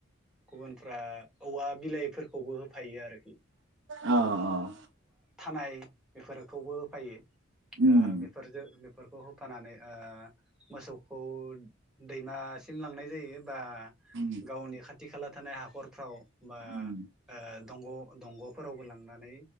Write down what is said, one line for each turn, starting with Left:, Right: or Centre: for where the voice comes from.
Centre: गुबुनफ्रा औवा बिलाइफोरखौबो हो फायो आरो
Right: औ अ।
Centre: थानाय बेफोरखौबो होफायो।
Right: उम
Centre: ओ बेफोरजो बेफोर खौ होफानानै ओ मोसौखौ दैमासिम लांनाय जायो बा
Right: उम
Centre: गावनि खाथि-खाला थानाय हाखरफ्राव बा
Right: उम
Centre: ओ दंग' दंग'फोरावबो लांनानै